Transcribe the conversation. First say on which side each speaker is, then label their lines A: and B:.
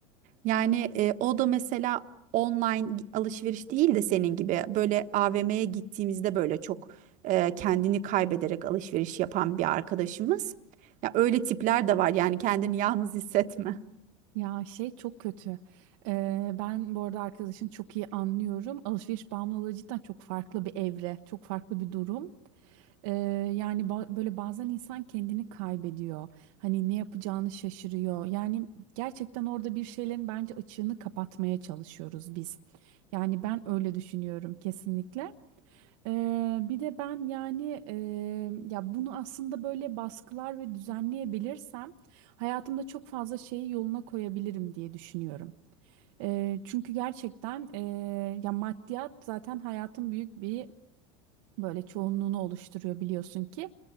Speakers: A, on the right (about 50°); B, on the right (about 70°).
A: Yani e, o da mesela online alışveriş değil de senin gibi böyle AVM'ye gittiğimizde böyle çok e, kendini kaybederek alışveriş yapan bir arkadaşımız. Ya öyle tipler de var yani kendini yalnız hissetme.
B: Ya şey çok kötü. Ee, ben bu arada arkadaşın çok iyi anlıyorum. Alışveriş bağımlılığı cidden çok farklı bir evre, çok farklı bir durum. Ee, yani ba- böyle bazen insan kendini kaybediyor. Hani ne yapacağını şaşırıyor. Yani gerçekten orada bir şeylerin bence açığını kapatmaya çalışıyoruz biz. Yani ben öyle düşünüyorum kesinlikle. Ee, bir de ben yani e, ya bunu aslında böyle baskılar ve düzenleyebilirsem hayatımda çok fazla şeyi yoluna koyabilirim diye düşünüyorum. Ee, çünkü gerçekten e, ya maddiyat zaten hayatın büyük bir böyle çoğunluğunu oluşturuyor biliyorsun ki.